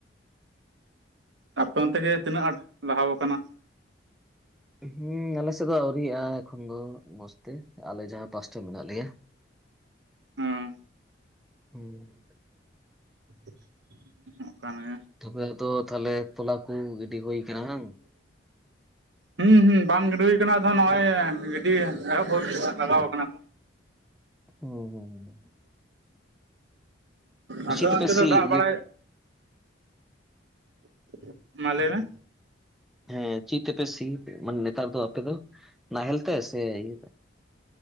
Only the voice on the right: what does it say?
ᱟᱯᱮ ᱚᱱᱛᱮ ᱜᱮ ᱛᱤᱱᱟᱹᱜ ᱟᱸᱴ ᱞᱟᱦᱟ ᱣᱟᱠᱟᱱᱟ?
ᱦᱮᱸ
<unintelligible> ᱮᱢᱚᱜ ᱠᱟᱱᱟᱭᱟ,
ᱦᱩᱸ ᱦᱩᱸ ᱵᱟᱝ ᱜᱤᱰᱤ ᱦᱩᱭ ᱟᱠᱟᱱᱟ, ᱟᱫᱚ ᱱᱚᱜᱼᱚᱭ ᱜᱤᱰᱤ ᱮᱦᱚᱵ ᱦᱩᱭᱩᱜᱼᱟ ᱞᱟᱜᱟᱣ ᱟᱠᱟᱱᱟ ᱠᱚ᱾
ᱟᱯᱮ
ᱚᱱᱛᱮ
ᱫᱚ ᱫᱟᱜ
ᱵᱟᱲᱟᱭ <unintelligible> ᱢᱟ ᱞᱟᱹᱭ ᱢᱮ,